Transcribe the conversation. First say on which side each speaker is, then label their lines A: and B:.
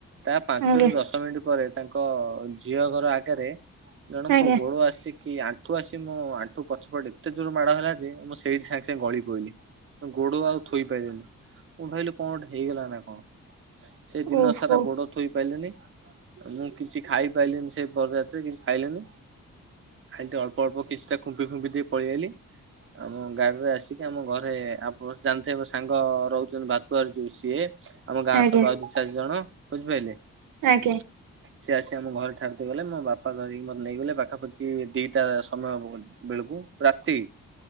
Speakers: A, on the right; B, on the right.
A: ତା ପାଞ୍ଚରୁ
B: ଆଜ୍ଞା
A: ଦଶ ମିନିଟ୍ ପରେ ତାଙ୍କ ଝିଅ ଘର ଆଗେରେ ଜଣଙ୍କ
B: ଆଜ୍ଞା
A: ଗୋଡ଼ୋ ଆସି କି ଆଣ୍ଠୁ ଆସି ମୋ ଆଣ୍ଠୁ ପଛପଟ ଏତେ ଜୋରୋ ମାଡ ହେଲା ଯେ ମୁଁ ସେଇଠି ସାଙ୍ଗେ ସାଙ୍ଗେ ଗଳି ପଇଲି। ଗୋଡୋ ଆଉ ଥୋଇପାଇଲିନି ମୁଁ ଭାବିଲି କଁ ଗୋଟେ ହେଇଗଲା ନା କଣ? ସେ ଦିନ
B: ଓହୋ
A: ସାରା ଗୋଡୋ ଥୋଇପାଇଲିନି। ମୁଁ କିଛି ଖାଇପାଇଲିିନି ସେ ବରଯାତ୍ରୀରେ କିଛି ଖାଇଲିନି? ହେଟି ଅଳ୍ପ ଅଳ୍ପ କିଛିଟା ଖୁମ୍ପି ଖୁମ୍ପି ଦେଇପଳେଇ ଆଇଲି ଆମ ଗାଁର ରେ ଆସିକି ଆମ ଘରେ ଆପଣ ଜାଣିଥିବେ ସାଙ୍ଗ ରହୁଚନ୍ତି <unintelligible> ଯୋଉ ସିଏ ଆମ ଗାଁ
B: ଆଜ୍ଞା
A: ସଙ୍ଗ ଆଉ ଦୁଇ ଚାରି ଜଣ ବୁଝିପାଇଲେ।
B: ଆଜ୍ଞା
A: ସିଏ ଆସି ଆମ ଘରେ ଛାଡି ଦେଇ ଗଲେ ମୋ ବାପା ଧରିକି ମତେ ନେଇଗଲେ ପାଖାପାଖି ଦିଟା ସମୟ ହ ବେଳୁକୁ ରାତି।